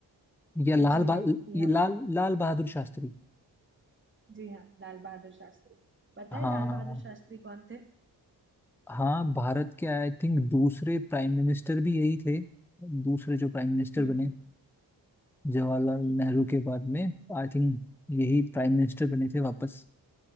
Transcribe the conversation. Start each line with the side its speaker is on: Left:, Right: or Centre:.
Centre: या लाल
Right: जी
Centre: बहा
Right: नहीं ये हमारे
Centre: ये लाल लाल बहादुर शास्त्री
Right: जी हाँ लाल बहादुर शास्त्री पता
Centre: हाँ
Right: है लाल बहादुर शास्त्री कौन थे
Centre: हाँ भारत के आई थिंक दूसरे प्राइम मिनिस्टर भी यही थे दूसरे जो प्राइम मिनिस्टर
Right: हम्म
Centre: बने जवाहरलाल
Right: ठीक
Centre: नेहरू
Right: है
Centre: के बाद में आई थिंक यही प्राइम मिनिस्टर बने थे वापस